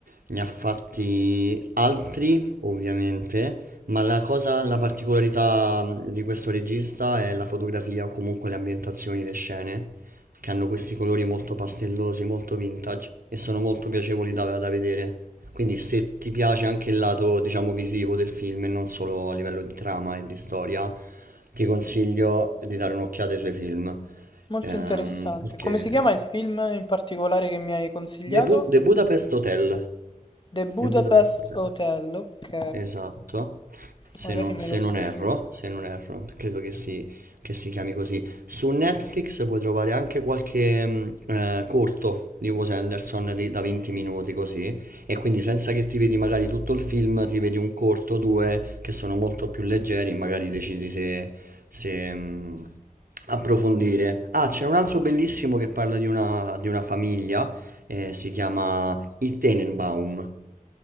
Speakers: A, on the right (about 80°); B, on the left (about 35°).
A: ne ha fatti altri, ovviamente, ma la cosa, la particolarità mh, di questo regista è la fotografia o comunque le ambientazioni, le scene che hanno questi colori molto pastellosi, molto vintage e sono molto piacevoli da, da vedere. Quindi se ti piace anche il lato, diciamo, visivo del film e non solo a livello di trama e di storia, ti consiglio di dare un'occhiata ai suoi film.
B: Molto
A: Ehm,
B: interessante.
A: perché...
B: Come si chiama il film in particolare che mi hai consigliato?
A: The, Bu- The Budapest Hotel.
B: The Budapest
A: The Budapest Hotel.
B: Hotel, ok.
A: Esatto, se
B: Magari
A: non,
B: me
A: se
B: lo
A: non
B: segno.
A: erro, se non erro, credo che si, che si chiami così. Su Netflix puoi trovare anche qualche mh, eh, corto di Wes Anderson di- da 20 minuti così, e quindi senza che ti vedi magari tutto il film, ti vedi un corto, due, che sono molto più leggeri e magari decidi se, se, mh, approfondire. Ah, c'è un altro bellissimo che parla di una, di una famiglia, eh, si chiama i Tenenbaum,